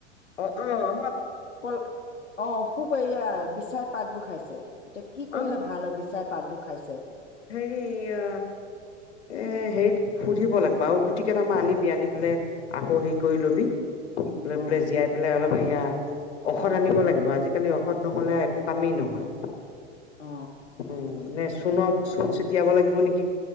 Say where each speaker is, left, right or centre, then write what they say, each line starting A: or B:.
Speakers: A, on the left; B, on the left.
A: অ অ আম
B: কল অ খুবয়া বিচাৰ পাতবোৰ খাইছে এতিয়া কি কৰিলে
A: অ
B: ভাল হয় বিচাৰে পাাতবুক খাইছে
A: হেৰি এ হেৰিত সুধিব লাগিবা আৰু গুটি কেইটামান আনিবি আনি পেলাই আকৌ হেৰি কৰি লবি লৈ
B: অ
A: পেলাই জীয়াই পেলাই অলপ এয়া ঔষধ আনিব লাগিব আজিকালি ঔষধ নহ'লে একো কামেই নহয়
B: অ
A: উ নে চোন কোন চটিয়াব লাগিব নেকি